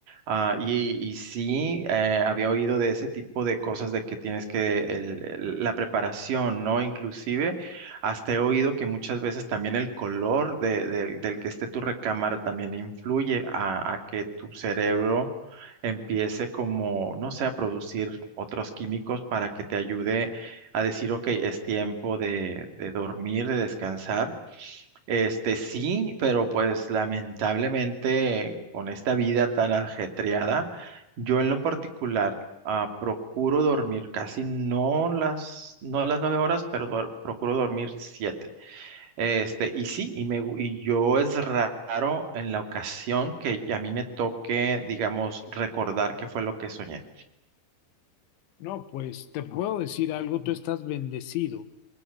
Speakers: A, on the right; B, on the left.
A: ah, y, y sí, eh, había oído de ese tipo de cosas de que tienes que el- el- la preparación, ¿no? Inclusive hasta he oído que muchas veces también el color de- del del que esté tu recámara también influye a, a que tu cerebro empiece como, no sé, a producir otros químicos para que te ayude a decir, ok, es tiempo de, de dormir, de descansar. Este sí, pero pues lamentablemente con esta vida tan ajetreada, yo en lo particular ah, procuro dormir casi no las, no las nueve horas, pero duer- procuro dormir siete. Este, y sí, y, me, gu- y yo es raro en la ocasión que ya a mí me toque, digamos, recordar qué fue lo que soñé.
B: No, pues te puedo decir algo, tú estás bendecido.